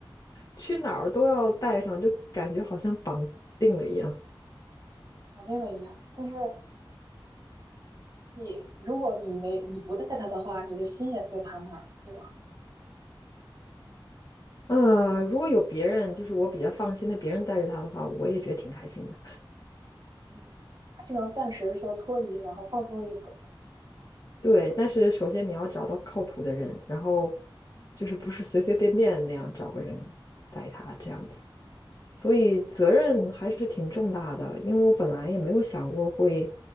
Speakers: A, on the left (about 45°); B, on the right (about 45°).
A: 去哪儿都要带上，就感觉好像绑定了一样。
B: 搞定了一样。但是你如果你没你不带他的话，你的心也在他那儿，对吧？
A: 呃，如果有别人，就是我比较放心的，别人带着他的话，我也觉得挺开心的。
B: 嗯，只能暂时说脱离，然后放松一会儿。
A: 对，但是首先你要找到靠谱的人，然后就是不是随随便便那样找个人带他这样子，所以责任还是挺重大的。因为我本来也没有想过会